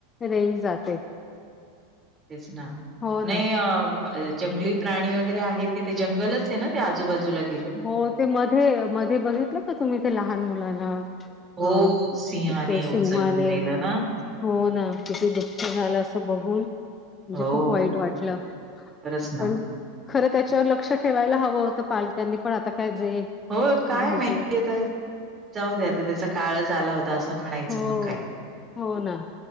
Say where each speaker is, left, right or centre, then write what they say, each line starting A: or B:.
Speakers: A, on the left; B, on the right.
A: रेंज जाते.
B: तेचना
A: हो
B: नाही
A: ना
B: अ, जंगली प्राणी वगैरे आहे तिथे जंगलच आहे ना ते आजूबाजूलाे
A: हो ते मध्ये, मध्ये बघितलं का तुम्ही ते लहान मुलाला
B: हो,
A: अ
B: सिंहाने
A: ते सिंहाने
B: उचलून नेलं ना.
A: हो ना किती दुःख झालं अस बघून <inaudible> म्हणजे
B: हो,
A: खूप वाईट वाटलं <inaudible>
B: खरंच ना.
A: पण खरं त्याच्यावर लक्ष ठेवायला हवं होतं पालक्यांनी पण आता काय जे
B: हो काय
A: घडले
B: माहिती आता जाऊ द्या आता त्याचा काळच आला होता असं म्हणायचं
A: हो
B: मग काय.
A: हो ना